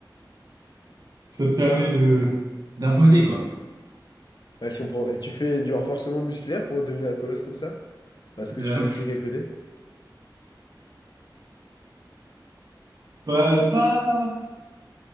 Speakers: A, on the right; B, on the left.
A: ça te permet de, d'imposer, quoi.
B: Ouais, je comprends. Et tu fais du renforcement musculaire pour devenir un colosse comme ça? Est-ce que
A: Euh,
B: tu fais des trucs à côté?
A: pas, pas,